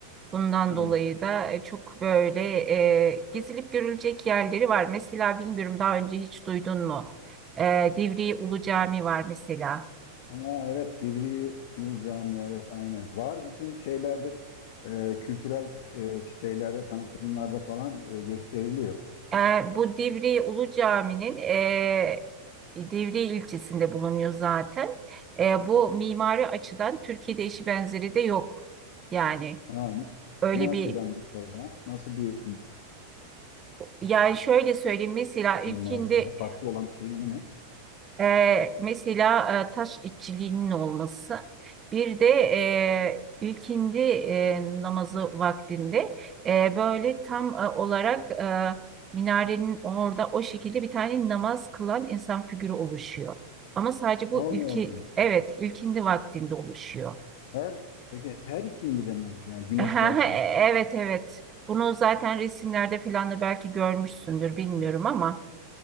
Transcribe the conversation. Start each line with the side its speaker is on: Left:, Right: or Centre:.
Right: Bundan
Left: Evet.
Right: dolayı da e, çok böyle e, gezilip görülecek yerleri var. Mesela bilmiyorum daha önce hiç duydun mu? E, Divriği Ulu Cami var mesela.
Left: Ama evet Divriği Yunus Camii evet aynen. Var bütün şeylerde e, kültürel e, şeylerde tanıtımlarda falan e, gösteriliyor.
Right: E, bu Divriği Ulu Cami'nin e, Divriği ilçesinde bulunuyor zaten. E, bu mimari açıdan Türkiye'de eşi benzeri de yok. Yani
Left: Ha, ne,
Right: öyle
Left: ne açıdan
Right: bir
Left: mesela? Nasıl bir
Right: yani şöyle söyleyeyim mesela ilkinde
Left: mimarisi var? Farklı olan şeyin yanı ne?
Right: Ee, mesela e, taş işçiliğinin olması, bir de e, ilkindi e, namazı vaktinde e, böyle tam e, olarak e, minarenin orada o şekilde bir tane namaz kılan insan figürü oluşuyor. Ama sadece bu
Left: Allah
Right: ilki,
Left: Allah.
Right: evet ilkindi vaktinde oluşuyor. <laughs>
Left: Her, peki her ikindiden mi oluşuyor? Yani güneş
Right: Ha,
Left: varsa.
Right: ha, Evet evet bunu zaten resimlerde falan da belki görmüşsündür bilmiyorum ama.